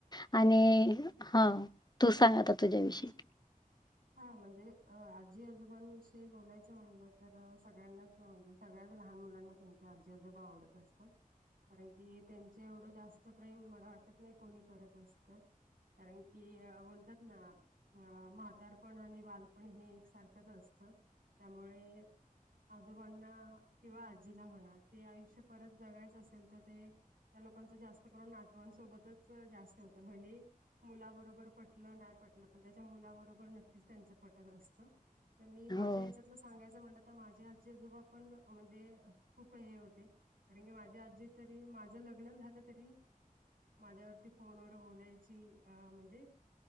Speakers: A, on the left (about 30°); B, on the right (about 75°).
A: आणि हा तू सांग आ तुझ्याविषयी
B: हा म्हणजे आजी आजोबांविषयी बोलायचं म्हणलं तर सगळ्यांना म्हणजे सगळ्याच लहान मुलांना त्यांच्या आजी आजोब आवडत असतात. कारण की त्यांच्या एवढं जास्त प्रेम मला वाटत नाही कोणी करत असत. कारण की बोलतात ना अ म्हातार पण आणि बालपण हे एकसारखंच असतं त्यामुळे आजोबांना किंवा आजीला म्हणा. ते आयुष्य परत जगायचं असेल तर ते त्या लोकांचं जास्त करून नातवांसोबतच जास्त होत भले मुलाबरोबर पटलं नाही पटलं. पण त्याच्या मुलाबरोबर नक्की च त्यांच पटत असत. तर मी माझ्या
A: हो,
B: ह्याच्यातल सांगायचं म्हटलं तर माझे आजी आजोबा पण म्हणजे खूप हे होते. कारण की माझी आजी तरी माझं लग्न झालं तरी. माझ्यावरती फोनवर बोलायची अ म्हणजे